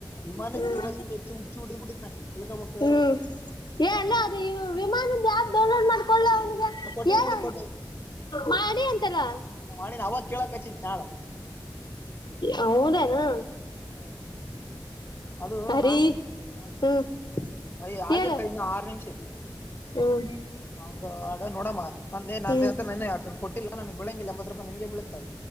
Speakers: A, on the left; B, on the left.
A: ಇಮಾ ನನ್
B: ಹ್ಮ್
A: ಕ್ಯೂರಸಿಟಿ ಹೆಚ್ಚು ಹುಚ್ಚಿ ಇಡಿದ್ ಬಿಟ್ಟು ನಾನ ಇ ತಿಳ್ಕೊಬೇಕ್ ತಿಳ್ಕೊಬೇಕ್
B: ಹ್ಮ್
A: ತಿಳ್ಕೊಬೇಕ್
B: ಏ ಅಲ್ಲ ಅದು ವಿಮಾನದ ಆಪ್ ಡೌನ್ಲೋಡ್ ಮಾಡ್
A: ನಾ ಕೊಟ್ಟಿನ್
B: ಹೇಳ್
A: ಬಿಡು ಕೊಟ್ಟೆ
B: ಮಾಡನೆ ತ್ತೀಯಾ ಅಂತಲ್ಲ
A: ಮಾಡಿನ ಅವಾಗ ಕೇಳಕ್ ಹಚ್ಚಿದ್ ನಾಳ
B: ಹೌದೆನೊ
A: ಹ್ಮ ಅದು
B: ಹರಿ
A: ನಾನು ಹೂ ಹ
B: ಹ್ಮ್
A: ಅಯ
B: ಹೇಳು
A: ಆಗಿಲ್ಲ ತಡಿ ಇನ್ನು ಆರು ನಿಮಿಷ ಐತ್ತಿ
B: ಹ್ಮ್
A: ಹಂಗ ಆಡ ನೋಡಮ್ಮ ನಂದೇ ನೇ
B: ಹ್ಮ್
A: ಅಂತ ನೆನೆ ಯಾಕ ಕೊಟ್ಟಿಲ್ಲ ನನ್ ಬಿಳಂಗಿಲ್ಲ ಎಂಬತ್ ರೂಪಯಿ ನಿನ್ಗೆ ಬಿಳು